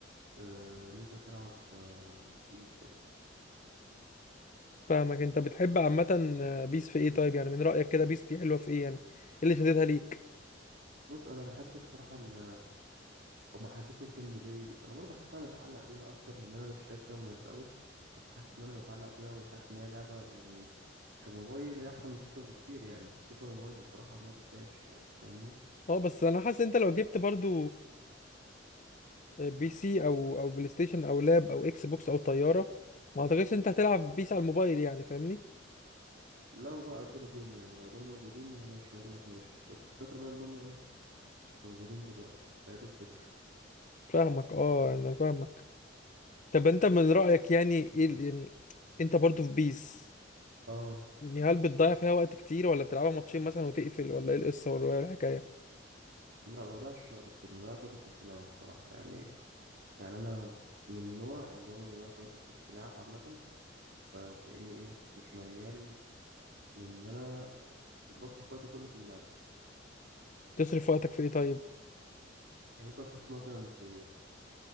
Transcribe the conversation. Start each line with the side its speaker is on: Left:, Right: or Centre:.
Right: آه، ان انت تلعب آه، بيس يعني
Left: فاهمك انت بتحب عامه بيس في ايه طيب يعني من رايك كده بيس دي حلوه في ايه يعني ايه اللي شددها ليك
Right: بص انا بحب الصراحه ال- هما حدثوا الجيم بلاي انا برضه حاسس ان انا متعلق بيها اكتر من ان انا مش شايف فيها مميزات قوي بس حاسس ان انا متعلق بيها وحاسس ان هي لعبه يعني كموبايل هي احسن من فيفا بكتير يعني فيفا موبايل بصراحه ما تتلعبش يعني فاهمني
Left: اه بس انا حاسس انت لو جبت برضو بي سي او او بلاي ستيشن او لاب او اكس بوكس او طياره ما اعتقدش انت هتلعب بيس على الموبايل يعني فاهمني
Right: لو بقى دول جم يعني لو دول موجودين ما ماشي اقول لك ماشي بس الفكرة بقى ان هم ايه مش موجودين دلوقتي فهي دي الفكرة
Left: فاهمك اه انا فاهمك طب انت من رأيك يعني ايه ال- يعني انت برضو في بيس
Right: اه
Left: يعني هل بتضيع فيها وقت كتير ولا بتلعبها ماتشين مثلا وتقفل ولا ايه القصة والرواية والحكاية
Right: لا ما بضيعش وقت كتير ما بضيعش وقت كتير في اللعبة بصراحة يعني يعني انا من النوع اللي هو ما بضيعش وقت كتير في اللعب عامة فتلاقيني ايه مش ميال لان انا بصرف وقتي كله في اللعب
Left: تصرف وقتك في ايه طيب
Right: يعني ممكن اصرفه مثلا في